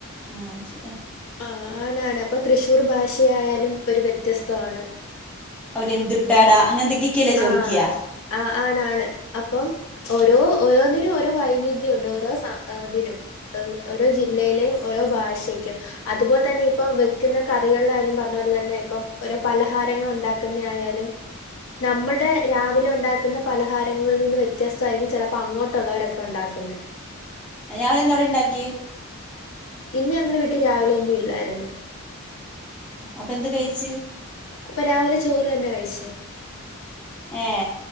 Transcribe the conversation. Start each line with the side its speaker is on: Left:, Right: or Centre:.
Centre: ആ അത് ശരിയാ
Left: ആ ആണ് ആണ് അപ്പൊ തൃശ്ശൂർ ഭാഷയായാലും ഒരു വ്യത്യസ്തമാണ്
Centre: അവര് എന്തുട്ടാടാ അങ്ങനെ എന്തൊക്കെയൊക്കെയല്ലേ
Left: ആ
Centre: ചോദിക്കുക
Left: ആ ആണ് ആണ് അപ്പൊ ഓരോ ഓരോന്നിനും ഓരോ വൈവിധ്യ ഉണ്ട് ഓരോ അതിനും ഓരോ ജില്ലയിലും ഓരോ ഭാഷക്കും അതുപോലെ തന്നെ ഇപ്പ വെക്കുന്ന കറികളുടെ കാര്യം പറഞ്ഞ പോലെ തന്നെ ഇപ്പ പലഹാര ഞങ്ങൾ ഉണ്ടാക്കുന്ന ആയാലും
Centre: <unintelligible>
Left: നമ്മുടെ രാവിലെ ഉണ്ടാക്കുന്ന പലഹാരങ്ങളിൽ നിന്ന് വ്യത്യസ്തമായിരിക്കും ചിലപ്പോ അങ്ങോട്ടുള്ളവരൊക്കെ ഉണ്ടാക്കുന്നെ
Centre: ഇയാൾ എന്താ അവിടെ ഇണ്ടാക്കി
Left: ഇന്ന് ഞങ്ങളുടെ വീട്ടിൽ രാവിലെ ഒന്നും ഇല്ലായിരുന്ന്
Centre: അപ്പൊ എന്ത് കഴിച്ച്
Left: അപ്പൊ രാവിലെ ചോറ് തന്നെ കഴിച്ചേ
Centre: ഏ